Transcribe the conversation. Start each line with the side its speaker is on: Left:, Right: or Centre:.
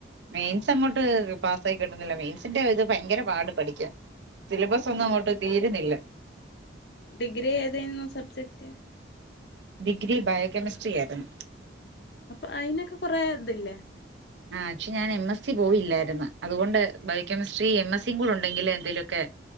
Right: മെയിൻസ് അങ്ങോട്ട് പാസ്സായി കിട്ടുന്നില്ല മെയിൻസിന്റ ഇത് ഭയങ്കര പാട് പഠിക്കാൻ സിലബസ് ഒന്നു അങ്ങോട്ട് തീരുന്നില്ല
Left: ഡിഗ്രി ഏതായ്ന്നു സബ്ജെക്റ്റ്
Right: ഡിഗ്രി ബയോകെമിസ്ട്രി ആര്ന്ന്
Left: അപ്പ അയിനെക്ക കൊറെ ഇത് ല്ലേ
Right: ആഹ് ക്ഷെ ഞാന് എം എസ് സി പോയില്ലാര്ന്ന് അത്കൊണ്ട് ബയോകെമിസ്ട്രി എം എസ് സിയും കൂട ഒണ്ടെങ്കിലെ എന്തേലു ഒക്കെ